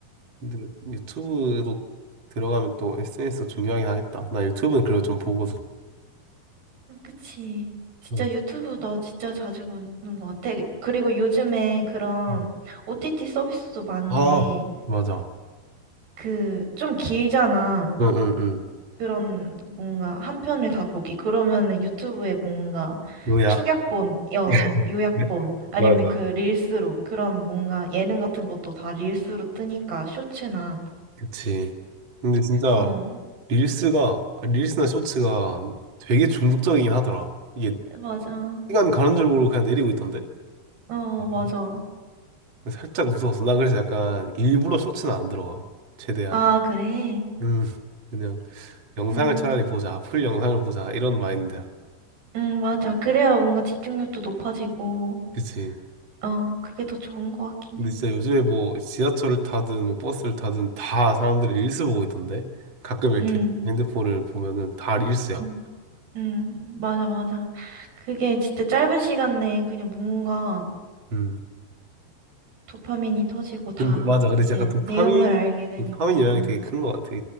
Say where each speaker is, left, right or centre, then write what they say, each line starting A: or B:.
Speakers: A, on the right; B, on the right.
A: 근데 유튜브로 들어가면 또 SNS 중요하긴 하겠다. 나 유튜브는 그래도 좀 보고.
B: 그치. 진짜
A: 응.
B: 유튜브 나 진짜 자주 보는 것 같아. 그리고 요즘에 그런
A: 응.
B: OTT 서비스도 많은데,
A: 아, 맞아.
B: 그, 좀 길잖아.
A: 응, 응, 응.
B: 그런 뭔가 한 편을 다 보기. 그러면은 유튜브에 뭔가
A: 요약.
B: 축약본, 여, 어,
A: 네?
B: 요약본,
A: <laughs>
B: 아니면
A: 맞아.
B: 그 릴스로, 그런 뭔가 예능 같은 것도 다 릴스로 뜨니까, 쇼츠나.
A: 그치. 근데 진짜
B: 어,
A: 릴스가, 아, 릴스나 쇼츠가 되게 중독적이긴 하더라. 이게
B: 맞아.
A: 시간 가는 줄 모르고 그냥 내리고 있던데?
B: 어, 맞아.
A: 어? 살짝 무서웠어. 난 그래서 약간 일부러 쇼츠는 안 들어가. 최대한.
B: 아, 그래?
A: 음, 그냥. 영상을
B: 음,
A: 차라리 보자. 풀 영상을 보자. 이런 마인드야.
B: 음, 맞아. 그래야 뭔가 집중력도 높아지고,
A: 그치?
B: 어, 그게 더 좋은 것 같긴
A: 근데
B: 해.
A: 진짜 요즘에 뭐 지하철을 타든 뭐 버스를 타든 다 사람들이 릴스 보고 있던데? 가끔 이렇게
B: 음,
A: 핸드폰을 보면은 다 릴스야.
B: 음, 음, 맞아, 맞아. 그게 진짜 짧은 시간 내에 그냥 뭔가
A: 음.
B: 도파민이 터지고 다
A: 근데 맞아. 근데
B: 이제
A: 진짜 약간 도파민,
B: 내용을 알게 되니까.
A: 도파민 영향이
B: 음,
A: 되게 큰 것 같아.